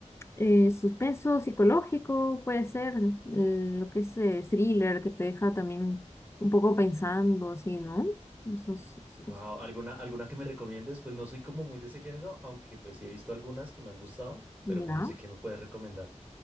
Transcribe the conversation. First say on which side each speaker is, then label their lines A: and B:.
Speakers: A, on the left; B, in the centre.
A: Eh, suspenso psicológico puede ser, eh, lo que es eh, thriller, que te deja también un poco pensando, así, ¿no? Eso es- eso
B: Wow,
A: es-
B: ¿alguna, alguna que me recomiendes? Pues no soy como muy de ese género, aunque pues sí he visto algunas que me han gustado, pero
A: ya.
B: pues no sé qué me puedes recomendar.